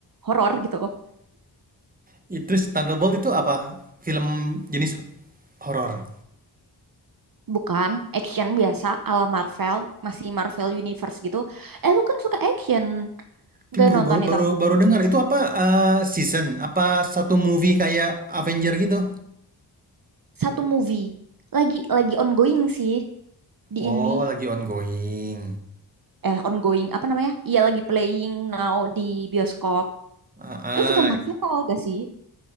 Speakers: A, on the right; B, on the right.
A: horor gitu
B: I- Terus Thunderbolt itu apa? Film jenis horor?
A: bukan action biasa ala Marvel masih Marvel Universe gitu eh lu kan suka action
B: Tapi
A: gak
B: baru
A: nonton
B: baru
A: itu
B: baru, baru dengar itu apa eh, season? Apa satu movie kayak Avenger gitu?
A: satu movie lagi lagi ongoing sih di
B: Oh,
A: ini
B: lagi ongoing.
A: eh ongoing apa namanya iya lagi playing now di bioskop
B: Ah,
A: lu suka Marvel gak sih